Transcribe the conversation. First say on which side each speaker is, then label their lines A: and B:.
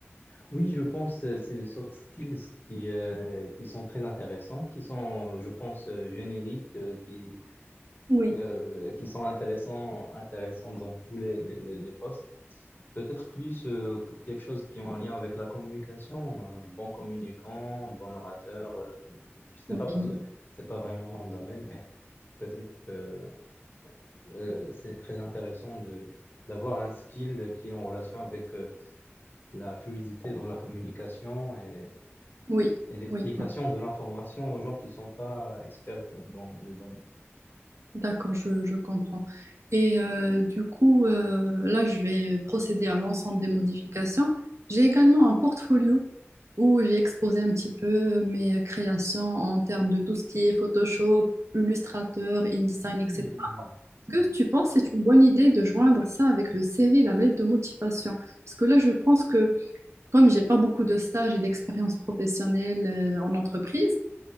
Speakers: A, on the left; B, on the right.
A: Oui, je pense euh, c'est des soft skills qui, euh, qui sont très intéressants, qui sont, je pense, euh, génériques, euh, qui,
B: Oui.
A: euh, qui sont intéressants, intéressants dans tous les, les, les- les postes. Peut-être plus euh, quelque chose qui est en lien avec la communication, euh, bon communicant, bon orateur, euh, je ne sais
B: Oui,
A: pas parce que c'est pas vraiment mon domaine, mais peut-être que euh, c'est très intéressant de d'avoir un skill qui est en relation avec euh, la fluidité dans la communication et,
B: oui,
A: et l'explication
B: oui.
A: de l'information aux gens qui ne sont pas experts dans, dans le domaine.
B: D'accord, je, je comprends. Et euh, du coup, euh, là, je vais procéder à l'ensemble des modifications. J'ai également un portfolio où j'ai exposé un petit peu mes créations en termes de tout ce qui est Photoshop, Illustrator, InDesign,
A: Hmm.
B: etc. Est-ce que tu penses que c'est une bonne idée de joindre ça avec le CV, la lettre de motivation? Parce que là, je pense que comme j'ai pas beaucoup de stages et d'expérience professionnelle euh, en entreprise,